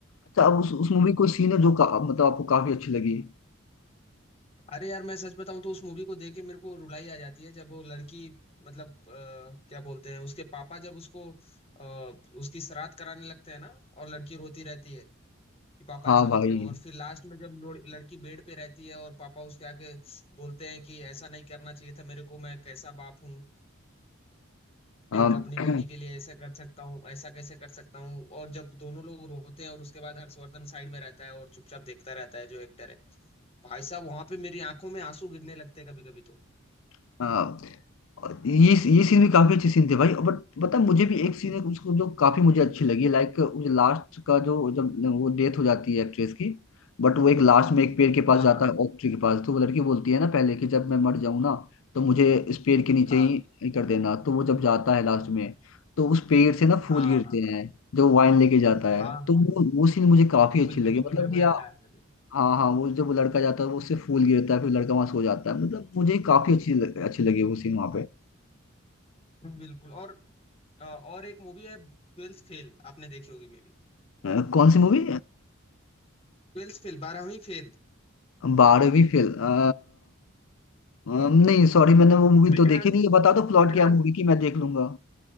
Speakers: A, on the left; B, on the left.
A: अच्छा अब उस उस मूवी कोई सीन है जो का, मतलब आपको काफी अच्छी लगी
B: अरे यार मैं सच बताऊं तो उस मूवी को देख के मेरे को रुलाई आ जाती है जब वो लड़की मतलब अ, क्या बोलते हैं उसके पापा जब उसको अ, उसकी श्राद्ध कराने लगते हैं ना और लड़की रोती रहती है कि पापा
A: हाँ
B: ऐसा
A: भाई
B: मत करो और फिर लास्ट में जब लोड़- लड़की बेड पे रहती है और पापा उसके आके बोलते हैं कि ऐसा नहीं करना चाहिए था मेरे को मैं कैसा बाप हूँ
A: हाँ
B: एक अपनी बेटी के लिए ऐसा कर सकता हूँ ऐसा कैसे कर सकता हूँ और जब दोनों लोग रोते हैं और उसके बाद हर्षवर्धन साइड में रहता है और चुपचाप देखता रहता है जो एक्टर है भाई साहब वहां पे मेरी आंखों में आंसू गिरने लगते हैं कभी कभी तो
A: <clears throat> और ये ये सीन भी काफी अच्छे सीन थे भाई बट पता है, मुझे भी एक सीन है उसको जो काफी मुझे अच्छी लगी लाइक मुझे लास्ट का जो जब वो डेथ हो जाती है एक्ट्रेस की बट वो एक लास्ट में एक पेड़ के पास
B: हाँ
A: जाता
B: हाँ
A: है ओक ट्री के पास तो वो लड़की बोलती है ना पहले कि जब मैं मर जाऊं ना तो मुझे इस पेड़ के नीचे
B: हाँ
A: ही कर देना तो वो जब जाता है लास्ट में तो उस पेड़ से ना फूल
B: हाँ
A: गिरते
B: हाँ
A: हैं जो वाइन लेके जाता है
B: हाँ
A: तो
B: हाँ
A: वो
B: हाँ
A: वो सीन मुझे काफी
B: बिल्कुल
A: अच्छी लगी
B: बिल्कुल
A: मतलब
B: मेरे को
A: कि
B: याद
A: या
B: आ रहा है
A: हाँ हाँ वो जब वो लड़का जाता है वो उससे फूल गिरता है फिर लड़का वहां सो जाता है मतलब मुझे काफी अच्छी लग- अच्छी लगी वो सीन वहां पे
B: अभी बिल्कुल और अ, और एक मूवी है ट्वेल्थ फेल आपने देखी होगी मे बी
A: अ, कौन सी मूवी
B: ट्वेल्थ फेल बारहवीं फेल
A: बारहवीं फेल अ, अ, नहीं सॉरी मैंने वो मूवी
B: विक्रांत
A: तो देखी नहीं है बता दो प्लॉट
B: विक्रांत
A: क्या मूवी की मैं देख लूंगा